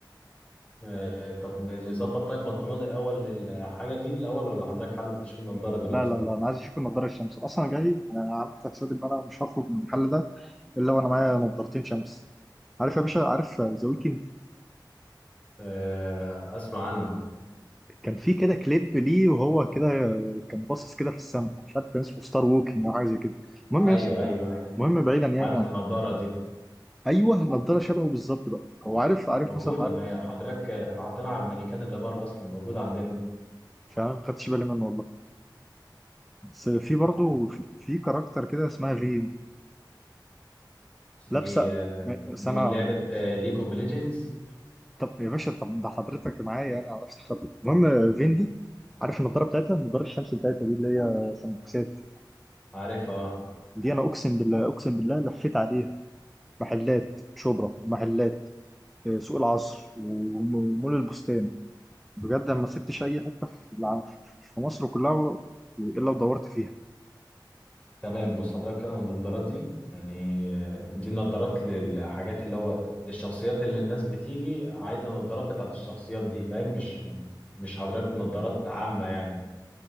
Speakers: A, on the left; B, in the centre.
A: آه طب نظبط طيب بنطلون الأول للحاجة دي الأول ولا حضرتك حابب تشوف النضارة دلوقتي
B: لا لا لا انا عايز اشوف النضاره الشمس اصلا جاي أنا عملت حسابي ان انا مش هخرج من المحل ده الا وانا معايا نضارتين شمس عارف يا باشا عارف ذا ويكند
A: آه أسمع عنه
B: كان في كده كليب ليه وهو كده كان باصص كده في السماء مش عارف كان اسمه ستار ووكينج او حاجه زي كده المهم
A: ايوه
B: يس...
A: ايوه ايوه
B: المهم بعيدا يعني
A: عارف
B: عن
A: النضاره دي
B: ايوه النضاره شبهه بالظبط بقى هو عارف عارف
A: موجوده
B: مثلا عارف
A: ما هي حضرتك احنا حاطينها على المانيكان اللي بره اصلا موجوده عندنا
B: فعلا ما خدتش بالي منه والله بس في برضه في, في كاركتر كده اسمها فين
A: دي
B: لابسه
A: آه، دي
B: سنه
A: من
B: هوريك
A: لعبه ليج اوف ليجندز
B: طب يا باشا طب ده حضرتك معايا يعني على نفس الخط المهم فين دي عارف النضاره بتاعتها النضاره الشمس بتاعتها دي اللي هي سمبوكسات
A: عارفها اه
B: دي انا اقسم بالله اقسم بالله لفيت عليها محلات شبرا محلات آه، سوق العصر وم- ومول البستان بجد انا ما سبتش اي حته في الع- في في مصر كلها و- الا ودورت فيها
A: تمام بص حضرتك كده النضارات دي يعني آه، دي النضارات للحاجات اللي هو للشخصيات اللي الناس بتيجي عايزه النضارات بتاعت الشخصيات دي فاهم مش مش حضرتك نضارات عامه يعني